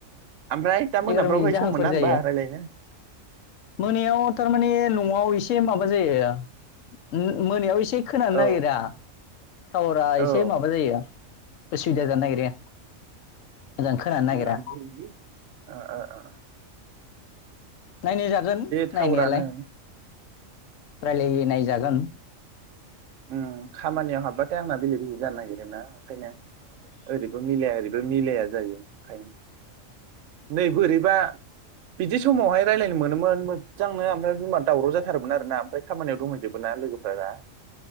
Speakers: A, on the right (about 70°); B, on the left (about 70°).
A: ओमफ्राय दा मोनाफ्रावहाय
B: एगार' मिनिट जाहांफोर
A: सम मोना होमबा
B: जायो।
A: रायलायनो
B: मोनायाव थारमाने न'वाव एसे माबा जायो उम मोनायाव एसे खोनानो
A: औ
B: नागिरा, टाउवारा
A: औ
B: एसे माबा जायो। असुबिदा जानो नागिरो।
A: <inaudible>
B: मोजां खोनानो नागिरा
A: ओ-ओ- ओ
B: नायनाय जागोन
A: टावारानो
B: नायनायालाय। रायलाय नायजागोन।
A: ओम खामानियाव हाबबाथाय आंना बेले जानो नागिरोना? खायनो ओरैबो मिलाया ओरै, ओ मिलाया जायो। खायनो नै बोरैबा। बिदि समावहाय रायलयनो मोनोमोन मोजांनो ओमफ्राय बिमा दावराव जाथारोमोन आरोना ओमफ्राय खामानियाव दंहैजोबोना लोगोफोरा दा।